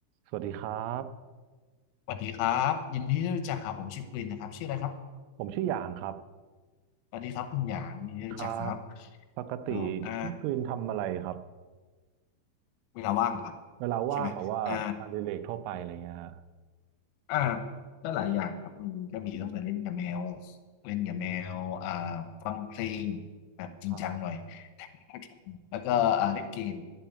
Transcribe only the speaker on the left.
สวัสดีครับยินดีที่รู้จักครับผมชื่อกลินนะครับชื่ออะไรครับ
สวัสดีครับคุณหยางยินดีที่รู้จักครับ
แล้วอ่าเวลาว่างเหรอครับ
ใช่ไหมอ่า อ่าก็หลายอย่างครับมันก็มีตั้งแต่เล่นกับแมวเล่นกับแมวอ่าฟังเพลงแบบจริงจังหน่อย
<laughs> แล้วก็อ่าเล่นเกม